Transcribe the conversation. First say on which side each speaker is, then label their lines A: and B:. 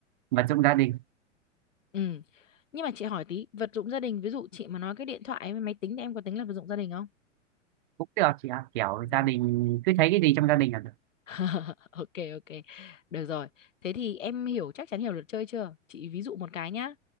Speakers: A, on the right (about 40°); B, on the left (about 75°).
A: vật dụng gia đình
B: ừ nhưng mà chị hỏi tí vật dụng gia đình ví dụ chị mà nói cái điện thoại với máy tính thì em có tính là vật dụng gia đình không
A: cũng được chị ạ kiểu
B: Ừ.
A: gia đình cứ thấy cái gì trong gia đình là được
B: <laughs> ok ok được rồi thế thì em hiểu chắc chắn hiểu luật chơi chưa chị ví dụ một cái nhá